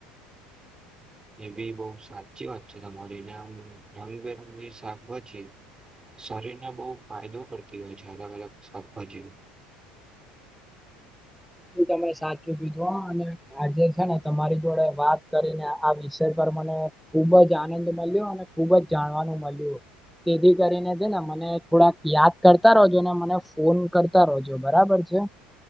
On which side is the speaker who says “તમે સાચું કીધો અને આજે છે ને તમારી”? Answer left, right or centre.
Centre